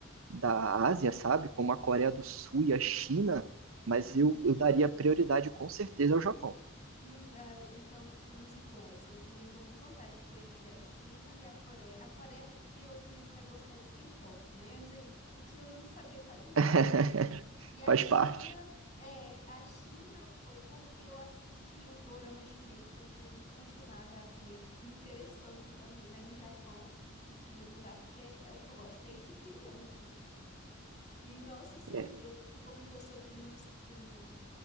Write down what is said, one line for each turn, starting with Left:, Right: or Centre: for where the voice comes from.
Right: da Ásia, sabe? Como a Coreia do Sul e a China,
Left: uhum,
Right: mas eu, eu daria prioridade com certeza ao Japão.
Left: hum, ah, então, somos iguais. Eu também tenho muita vontade de conhecer a China e a Coreia. A Coreia porque eu comecei a gostar de K-pop, né? Antes, eu- antes eu não sabia quase nada.
Right: <laughs>
Left: E a
Right: Faz
Left: China,
Right: parte.
Left: é, a China foi porque eu assisti um dorama chinês que eu fiquei muito apaixonada, aí eu acabei me interessando também, mas o Japão fica em primeiro lugar porque é o que eu gosto desde criança. E nossa, assim,
Right: É.
Left: eu, tu comentou sobre os, o,